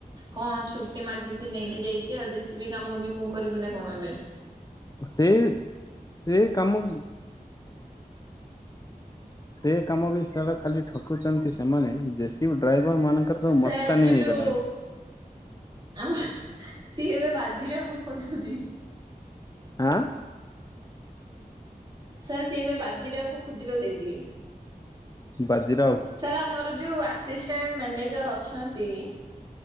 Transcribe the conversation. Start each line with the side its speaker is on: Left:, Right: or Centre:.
Right: କଣଛୁ ମାଗିଛି ନେଇକି ଯାଇଛି ଆଉ ଦେଶୀ ବି କାମ ବି ମୁଁ କରିବି ନା କଣ ଏବେ।
Left: ସେଇ ସେଇ କାମ ସେ କାମ ବିଷୟ ଖାଲି ଠକୁଛନ୍ତି ସେମାନେ। ଜ ସିବ ଡ୍ରାଇଭର ମାନଙ୍କର ସବୁ
Right: ସାର୍
Left: ମସ୍ତାନୀ
Right: ଯୋଉ
Left: ହେଇଗଲାଣି।
Right: ଆମ ସିଏ ଏବେ ବାଜିରେ ଆମକୁ ଖୋଜୁଛି।
Left: ଆଁ?
Right: ସାର୍ ସିଏ ଏବେ ବାଜିବାକୁ ଖୋଜିବାକୁ ଯାଉଚି।
Left: ବାଜିରା
Right: ସାର୍ ଆମର ଯୋଉ ଆସିଷ୍ଟାଣ୍ଟ ମ୍ୟାନେଜର ଅଛନ୍ତି